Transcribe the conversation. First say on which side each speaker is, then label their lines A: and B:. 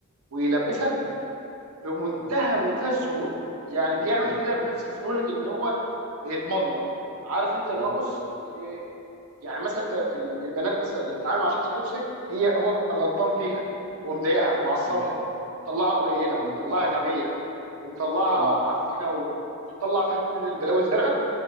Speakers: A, on the right; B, on the right.
A: ويلبسك
B: مم.
A: بمنتهى
B: مم.
A: منتهى السهوله يعني بيعمل
B: مم.
A: كده بنفس سهوله ان هو يتمضمض عارف انت اللي
B: مم.
A: هو بص إيه، يعني مثلا انت ال- البنات مثلا اللي بتتعامل مع شخص توكسيك هي هو بيبقى غلطان فيها ومضايقها ومعصبها
B: مم.
A: ومطلعها قليله
B: مم.
A: ومطلعها غبيه ومطلعها
B: مم.
A: معفنه ومطلع فيها كل البلاوي الزرقاء